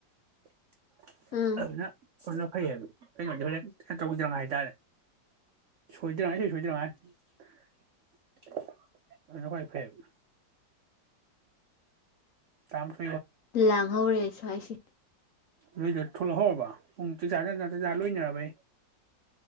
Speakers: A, on the right (about 80°); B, on the left (about 60°).
A: <inaudible>
B: ꯎꯝ
A: ꯑꯗꯨꯅ ꯑꯗꯨꯅ ꯐꯩ ꯍꯥꯏꯕ ꯀꯩꯅꯣꯗ ꯍꯦꯟ ꯇꯧꯗ꯭ꯔꯥꯉꯥꯏ ꯍꯥꯏꯇꯥꯔꯦ ꯁꯣꯏꯗꯔꯤꯉꯩ ꯁꯣꯏ ꯁꯣꯏꯗ꯭ꯔꯤꯉꯥꯏ ꯑꯗꯨꯗ ꯈ꯭ꯋꯥꯏ ꯐꯩ ꯌꯥꯕ ꯇꯥꯃꯊ
B: ꯂꯥꯡꯍꯧꯔꯦ ꯁ꯭ꯋꯥꯏꯁꯦ
A: ꯅꯣꯏꯗ ꯊꯣꯛꯂꯛꯍꯧꯔꯕ ꯄꯨꯡ ꯆꯥꯛꯖ ꯆꯖ ꯆꯤꯟꯖ ꯂꯣꯏꯅꯔꯕꯩ